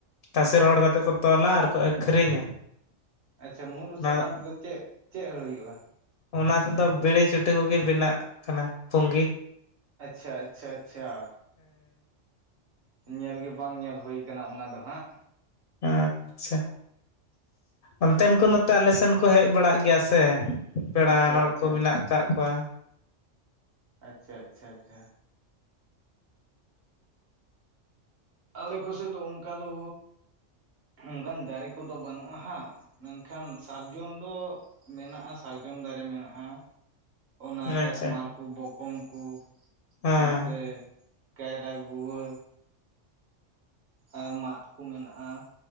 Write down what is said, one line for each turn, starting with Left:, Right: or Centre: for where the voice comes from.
Left: ᱛᱟᱥᱮ ᱨᱚᱦᱚᱲ ᱠᱟᱛᱮᱫ ᱠᱚ ᱛᱚᱞᱟ ᱟᱨᱠᱚ ᱟᱹᱠᱷᱨᱤᱧᱟ,
Right: ᱟᱪᱪᱷᱟ, ᱢᱩᱨᱩᱫ
Left: ᱚᱱᱟ
Right: ᱥᱟᱠᱟᱢ ᱛᱮᱫᱚ ᱪᱮᱫ, ᱪᱮᱫ ᱦᱩᱭᱩᱜᱼᱟ?
Left: ᱚᱱᱟ ᱛᱮᱫᱚ ᱵᱤᱲᱤ ᱪᱩᱴᱤ ᱠᱚᱜᱮ ᱵᱮᱱᱟᱜ ᱠᱟᱱᱟ, ᱯᱩᱸᱜ
Right: ᱟᱪᱪᱷᱟ ᱟᱪᱪᱷᱟ, ᱟᱪᱪᱷᱟ ᱧᱮᱞᱜᱮ ᱵᱟᱝ ᱧᱮᱞ ᱦᱩᱭᱩ ᱟᱠᱟᱱᱟ ᱚᱱᱟ ᱫᱚ ᱦᱟᱸᱜ,
Left: ᱟᱪᱪᱷᱟ, ᱚᱱᱛᱮᱱ ᱠᱚ ᱱᱚᱛᱮ ᱟᱞᱮ ᱥᱮᱱ ᱠᱚ ᱦᱮᱡ ᱵᱟᱲᱟᱜ ᱜᱮᱭᱟ ᱥᱮ, ᱯᱮᱲᱟ
Right: ᱟᱪᱪᱷᱟ
Left: ᱦᱚᱲ
Right: ᱟᱪᱪᱷᱟ
Left: ᱠᱚ ᱢᱮᱱᱟᱜ ᱟᱠᱟᱫ ᱠᱚᱣᱟ,
Right: ᱟᱪᱪᱷᱟ ᱟᱪᱪᱷᱟ ᱟᱪᱪᱷᱟ, ᱟᱞᱮ ᱠᱚ ᱥᱮᱫ ᱫᱚ ᱚᱱᱠᱟ ᱫᱚ, ᱚᱱᱠᱟᱱ ᱫᱟᱨᱮ ᱠᱚᱫᱚ ᱵᱟᱹᱱᱩᱜᱼᱟ ᱦᱟᱸᱜ, ᱢᱮᱱᱠᱷᱟᱱ ᱥᱟᱨᱡᱚᱢ ᱫᱚ ᱢᱮᱱᱟᱜᱼᱟ, ᱥᱟᱨᱡᱚᱢ ᱫᱟᱨᱮ ᱢᱮᱱᱟᱜᱼᱟ᱾ ᱚᱱᱟ
Left: ᱟᱪᱪᱷᱟ
Right: ᱠᱟᱥᱢᱟᱨ ᱠᱚ, ᱵᱚᱠᱚᱢ ᱠᱚ,
Left: ᱦᱮᱸ
Right: ᱥᱟᱶᱛᱮ ᱠᱟᱭᱨᱟ, ᱜᱩᱣᱟᱹ ᱟᱨ ᱢᱟᱫ ᱠᱚ ᱢᱮᱱᱟᱜᱼᱟ,